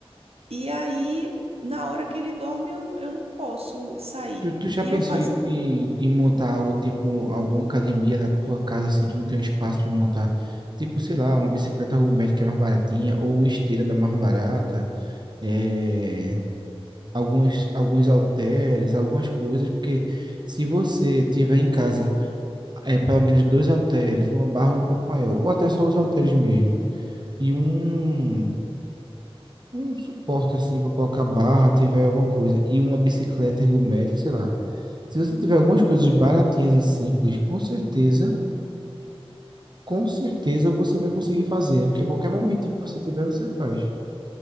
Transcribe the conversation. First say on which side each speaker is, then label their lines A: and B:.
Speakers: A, on the right; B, on the right.
A: E aí, na hora que ele dorme, eu, eu não posso sair.
B: Tu, tu já
A: E
B: pensou
A: eu fazer
B: em, em, em montar algo tipo alguma academia na tua casa assim, tu não tem um espaço para montar, tipo, sei lá, uma bicicleta ergométrica que é mais baratinha ou uma esteira da mais barata, é, alguns alguns halteres, algumas coisas, porque se você tiver em casa é pelo menos dois halteres, uma barra um pouco maior, ou até só os halteres mesmo, e um um suporte assim para colocar barra, tiver alguma coisa, e uma bicicleta ergométrica, sei lá Se você tiver algumas coisas baratinhas e simples, com certeza, com certeza você vai conseguir fazer, né? Porque a qualquer momento que você tiver, você faz.